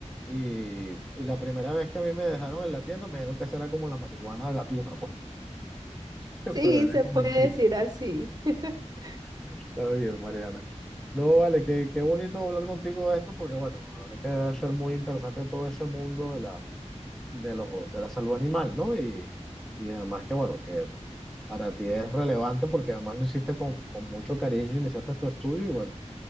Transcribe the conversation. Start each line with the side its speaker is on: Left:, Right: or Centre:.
Centre: Y, y la primera vez que a mí me dejaron en la tienda, me dijeron que será como la marihuana gatuna, pues. <laughs> Pero
Right: Sí,
Centre: era
Right: se
Centre: como
Right: puede
Centre: un chiste.
Right: decir así. <laughs>
Centre: Está bien, Mariana. No, vale, qué, qué bonito hablar contigo de esto, porque bueno, la verdad que debe ser muy interesante todo ese mundo de la, de lo- de la salud animal, ¿no? Y, y además que bueno, que para ti es relevante porque además lo hiciste con, con mucho cariño, iniciaste tu estudio y bueno.